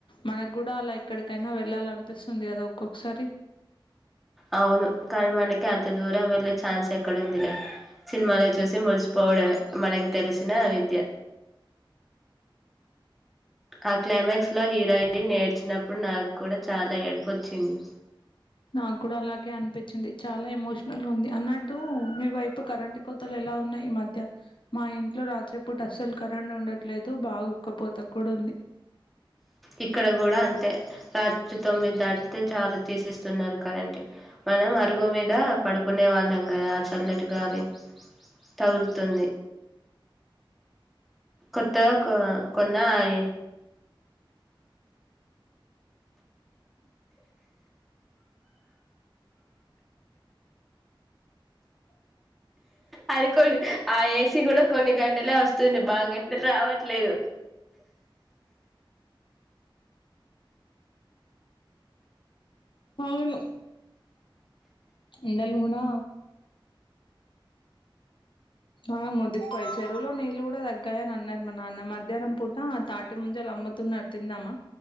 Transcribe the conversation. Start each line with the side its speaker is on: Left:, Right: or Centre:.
Left: మనకు కూడా అలా ఎక్కడికైనా వెళ్ళాల అనిపిస్తుంది కదా ఒక్కొక్కసారి
Centre: అవును కానీ మనకి అంత దూరం వెళ్ళే ఛాన్స్ ఎక్కడుందిలే సినిమాలో చూసి మురిసిపోవడమే మనకి తెలిసిన విద్య ఆ క్లైమాక్స్ లో హీరోయిన్ ఏడ్చినప్పుడు నాకు కూడా చాలా ఏడ్పోచ్చింది
Left: నాగ్గూడా అలాగే అనిపిచ్చింది, చాలా ఎమోషనల్గా ఉంది, అన్నట్టు మీ వైపు కరెంట్ కోతలు ఎల్ ఇలా ఉన్నాయ్ ఈ మధ్య మా ఇంట్లో రాత్రి పూట అస్సలు కరెంట్ ఉండట్లేదు, బాగా ఉక్కపోత గూడ ఉంది.
Centre: ఇక్కడ గూడా అంతే రాత్ తొమ్మిది దాడితే చాలు తీసేస్తున్నారు కరంట్ మనం అరుగు మీద పడుకునే వాళ్ళె ఇంగా ఆ చల్లటి గాలి తగులుతుంది కొత్తగ కొ కొన్నా అయి అది కొన్ని ఆ ఏసీ గూడా కొన్ని గంటలే ఒస్తుంది, బాగ గంటలు రావట్లేదు.
Left: అవును ఎండలూనా అ మొ <unintelligible> చెరువులో నీలు గూడా దగ్గాయ్ అన్ అన్నారు మా నాన్న మధ్యానం పూట ఆ తాటి ముంజల్ అమ్ అమ్ముతున్న తిందామా